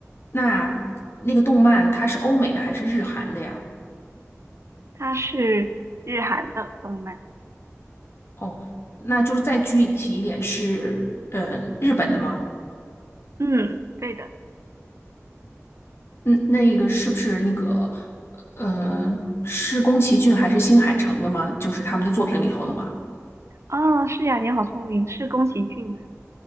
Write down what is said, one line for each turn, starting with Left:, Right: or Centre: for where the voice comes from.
Left: 那那个动漫它是欧美的还是日韩的呀？
Right: 它是日韩的动漫。
Left: 哦，那就是再具体一点是，呃，日本的吗？
Right: 嗯，对的。
Left: 那那个是不是那个，呃，是宫崎骏还是新海诚的吗？就是他们的作品里头的吗？
Right: 哦，是呀，你好聪明，是宫崎骏的，